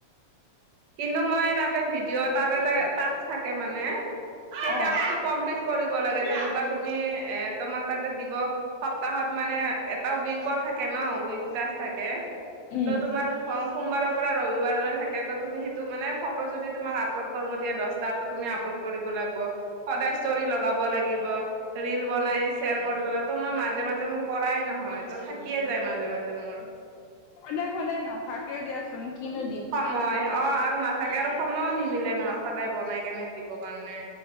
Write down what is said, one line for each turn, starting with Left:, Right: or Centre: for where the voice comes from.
Right: কিন্তু মই তাতে ভিডিঅ তাতে টাস্ক থাকে মানে সেই
Left: অ',
Right: টাস্কটো কমপ্লিট কৰিব লাগে যেনেকুৱা তুমি এ তোমাক তাতে দিব, সপ্তাহত মানে এটা উইকৰ থাকে ন উইক তাস্ক থাকে
Left: উম।
Right: ত তোমাৰ সোমবাৰৰ পৰা ৰবিবাৰলৈ থাকে ত তুমি সেই ত মানে ফটো যদি তোমাক আপলোড কৰিব দিয়া দহটাতো তুমি আপলোড কৰিব লাগ সদায় স্তৰী লগাব লাগিব। ৰিল বনাই শ্বেয়াৰ কৰিবলাগে তো মই মাজে মাজে মোৰ কৰাই নহয় ত থাকিয়ে যায় মাজে মাজে। মোৰ,
Left: সদাই সদাই নাথাকেও দিয়াচোন কিনো দিম।
Right: মই অ, আৰু নাথাকে আৰু সময়ো নিমিলে নহ সদায় বনাই কেনে দিব কাৰ্ণে।